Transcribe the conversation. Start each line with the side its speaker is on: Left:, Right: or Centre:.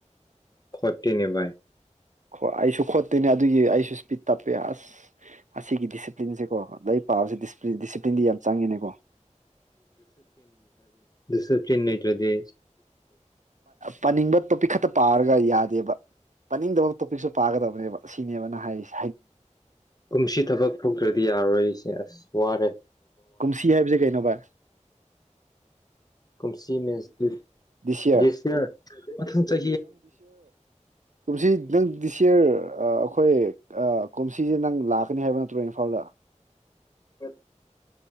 Left: ꯈꯣꯠꯇꯦꯅꯦ ꯚꯥꯏ
Right: ꯀꯣ ꯑꯩꯁꯨ ꯈꯣꯠꯇꯣꯏꯅꯦ ꯑꯗꯨꯒꯤ ꯑꯩꯁꯨ ꯏꯁꯄꯤꯠ ꯇꯞꯄꯦ ꯑꯁ ꯑꯁꯤꯒꯤ ꯗꯤꯁꯤꯄ꯭ꯂꯤꯟꯁꯦꯀꯣ ꯂꯥꯏꯔꯤꯛ ꯄꯥꯕꯁꯤ ꯗꯤꯁꯤꯄ꯭ꯂꯤꯟꯗꯤ ꯌꯥꯝ ꯆꯪꯉꯤꯅꯦꯀꯣ
Left: ꯁꯨꯔ ꯄꯂꯤꯟ ꯅ꯭ꯔꯗꯤ
Right: ꯄꯥꯅꯤꯡꯕ ꯇꯣꯄꯤꯛ ꯈꯛꯇ ꯄꯥꯔꯒ ꯌꯥꯗꯦꯕ ꯄꯥꯅꯤꯡꯗꯕ ꯇꯣꯄꯤꯛꯁꯨ ꯄꯥꯒꯗꯕ ꯅꯦꯕ ꯁꯤꯅꯦꯕꯅ ꯍꯥꯏꯔꯤꯁꯦ
Left: ꯎꯨꯝꯁꯤ ꯊꯕꯛ ꯐꯗ꯭ꯔꯗꯤ ꯌꯥꯔꯣꯏꯁ ꯑꯁ ꯋꯥꯔꯤꯦ
Right: ꯀꯨꯝꯁꯤ ꯍꯥꯏꯕꯁꯦ ꯀꯩꯅꯣ ꯚꯏ
Left: ꯀꯨꯝꯁꯤ ꯃꯁꯦꯁꯤꯌꯥ
Right: ꯗꯤꯁ ꯌꯔ
Left: ꯑꯪ ꯆ
Right: ꯑꯗꯨꯁꯤ ꯈꯤꯇꯪ ꯗꯤꯁ ꯌꯌꯔ ꯑꯩꯈꯣꯏ ꯑ ꯀꯨꯝꯁꯤꯁꯦ ꯅꯪ ꯂꯥꯛꯀꯅꯤ ꯍꯥꯏꯕ ꯅꯠꯇ꯭ꯔꯣ ꯏꯝꯐꯥꯜꯗ
Left: ꯍ